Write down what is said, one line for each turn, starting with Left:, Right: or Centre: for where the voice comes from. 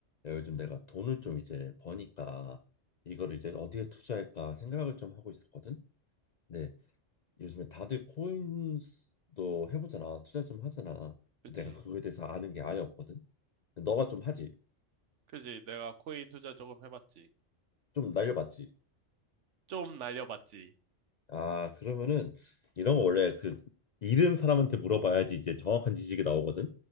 Left: 야, 요즘 내가 돈을 좀 이제 버니까 이거를 이제 어디에 투자할까 생각을 좀 하고 있었거든. 근데 요즘에 다들 코인도 해보잖아, 투자 좀 하잖아. 근데
Right: 그치.
Left: 내가 그거에 대해서 아는 게 아예 없거든. 근데 너가 좀 하지,
Right: 그지. 내가 코인 투자 조금 해봤지.
Left: 좀 날려봤지.
Right: 좀 날려봤지.
Left: 아 그러면은 이런 거 원래 그 잃은 사람한테 물어봐야지 이제 정확한 지식이 나오거든.